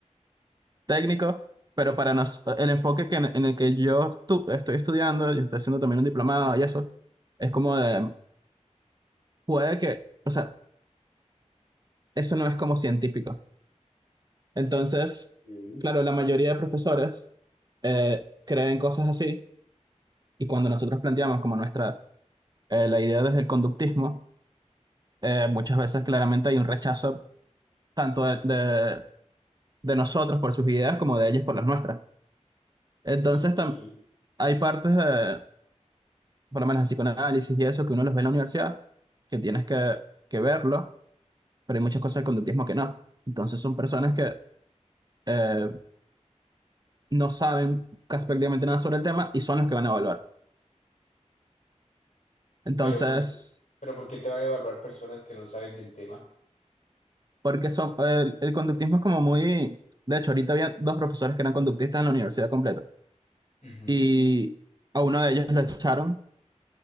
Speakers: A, on the right (about 35°); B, on the left (about 85°).
A: técnico, pero para nos, el enfoque que en, en el que yo estu- estoy estudiando, yo estoy haciendo también un diplomado y eso, es como de, puede que, o sea, eso no es como científico. Entonces,
B: ujú,
A: claro, la mayoría de profesores eh, creen cosas así y cuando nosotros planteamos como nuestra, eh, la idea desde el conductismo, eh, muchas veces claramente hay un rechazo tanto de, de- de nosotros por sus ideas como de ellos por las nuestras. Entonces,
B: ok.
A: tam- hay partes, de, por lo menos en psicoanálisis y eso, que uno los ve en la universidad, que tienes que, que verlo, pero hay muchas cosas del conductismo que no. Entonces, son personas que eh, no saben casi prácticamente nada sobre el tema y son los que van a evaluar. Entonces,
B: Pero por, pero ¿por qué te van a evaluar personas que no saben del tema?
A: Porque son, el, el conductismo es como muy... De hecho, ahorita había dos profesores que eran conductistas en la universidad completa.
B: Ujú,
A: Y a uno de ellos lo echaron